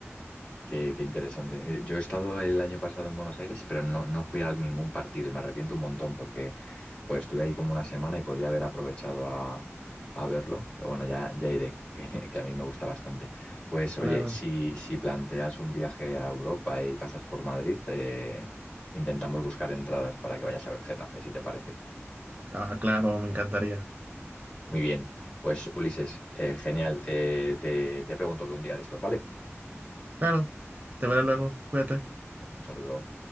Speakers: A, on the left; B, on the right.
A: Qué, qué interesante. Eh, Yo he estado el año pasado en Buenos Aires, pero no, no fui a ningún partido y me arrepiento un montón porque joder, estuve ahí como una semana y podría haber aprovechado a, a verlo. Pero bueno, ya, ya iré, <laughs> que, que a mí me gusta bastante. Pues oye,
B: Claro,
A: si, si planteas un viaje a Europa y pasas por Madrid, eh, intentamos buscar entradas para que vayas a ver Getafe, si te parece.
B: ah, claro, me encantaría.
A: Muy bien, pues Ulises, eh, genial. Eh, te, te pregunto que un día de estos, ¿vale?
B: Claro, te veré luego, cuídate.
A: Un saludo.